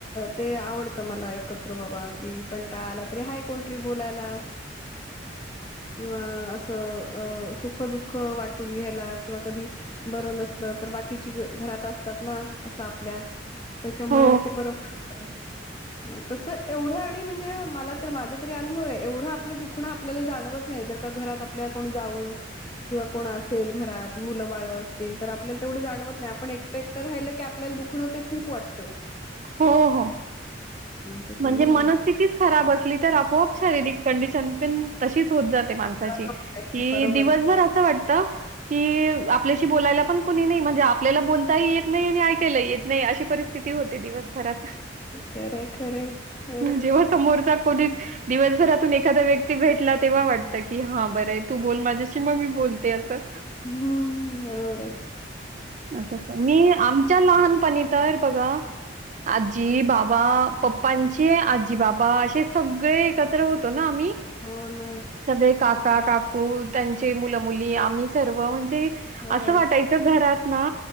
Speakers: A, on the left (about 25°); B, on the right (about 40°).
A: ते आवड त मला एकत्र बाबा की कंटाळा आला तरी हाय कोणतरी बोलायला. किंवा असं अ सुख दुःख वाटून घ्यायला किंवा कधी बर नसल तर बाकीची घ घरात असतात ना असं आपल्या त्याच्यामुळे
B: हो
A: ते बरं पडत. तस एवढं आणि म्हणजे मला तर माझा तरी अनुभव ये एवढं आपलं दुखणं आपल्याला जाणवत नाय नाय जर का घरात आपल्या जाऊ किंवा कोणं असेल घरात मुलं बाळ असतील तर आपल्याला तेव जाणवत नाय आपण एकट एकटं रायलं की आपल्याला दुखणं ते खूप वाटत.
B: हो हो.
A: त्याच्यामुळे
B: म्हणजे मनस्थितिच खराब असली तर आपोआप शारीरिक कंडिशन पण तशीच होत जाते माणसाची
A: बरोबर
B: की
A: आहे बरोबर
B: दिवसभर
A: आहे.
B: अस वाटत की आपल्याशी बोलायला पण कोणी नाही म्हणजे आपल्याला बोलताही येत नाही आणि ऐकायलाही येत नाही अशी परिस्थिती होते दिवसभरात
A: खरंय खरंय बरोबर आहे.
B: जेव्हा समोरचा कोणी दिवसभरातून एखादा व्यक्ती भेटला तेव्हा वाटत की हा बरं आहे तू बोल माझ्याशी मग मी बोलते असं
A: हम्म बरोबर ये.
B: अच्छा अच्छा मी आमच्या लहानपणी तर बघा आजी बाबा पप्पांचे आजी बाबा असे सगळे एकत्र होतो. म आम्ही
A: हो ना.
B: सगळे काका काकू त्यांचे मुलं मुली आम्ही सर्व म्हणजे ते
A: होय.
B: असं वाटायचं घरात ना